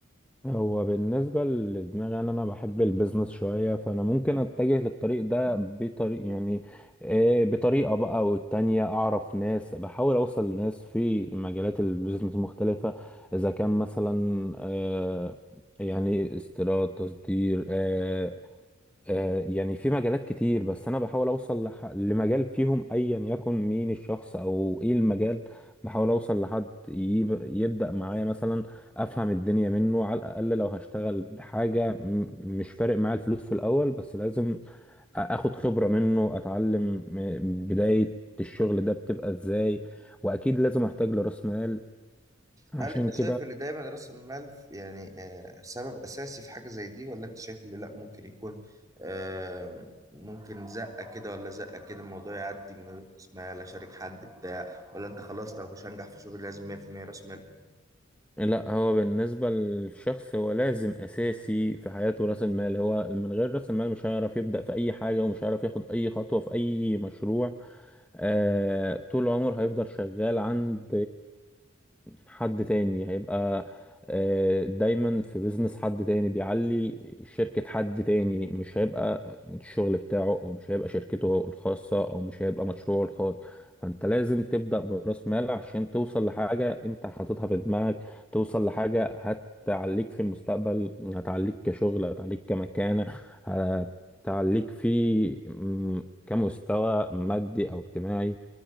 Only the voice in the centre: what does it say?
هو بالنسبة لدماغي انا انا بحب البيزنس شوية فانا ممكن اتجه للطريق ده بطريق يعني آه، بطريقة بقى والتانية اعرف ناس بحاول اوصل لناس في مجالات البيزنس مختلفة اذا كان مثلا آه، يعني استيراد تصدير آه، آه، يعني في مجالات كتير بس انا بحاول اوصل لح... لمجال فيهم ايا يكن مين الشخص او ايه المجال بحاول اوصل لحد يب... يبدأ معايا مثلا افهم الدنيا منه على الاقل لو هشتغل بحاجة م... مش فارق معايا الفلوس في الاول بس لازم أ- اخد خبرة منه اتعلم م- بداية الشغل ده بتبقى ازاي واكيد لازم احتاج لراس مال عشان
كده
لا هو بالنسبة للشخص هو لازم أساسي في حياته رأس المال هو من غير رأس المال مش هيعرف يبدأ في أي حاجة ومش هيعرف ياخد أي خطوة في أي مشروع آه طول عمره هيفضل شغال عند حد تاني هيبقى آه دايما في بيزنس حد تاني بيعلي شركة حد تاني مش هيبقى الشغل بتاعه أو مش هيبقى شركته الخاصة أو مش هيبقى مشروعه الخاص فانت لازم تبدأ برأس مال عشان توصل لحاجة انت حاططها في دماغك توصل لحاجة هتعليك في المستقبل هتعليك كشغل هتعليك كمكانة هتعليك في م- كمستوى مادي أو اجتماعي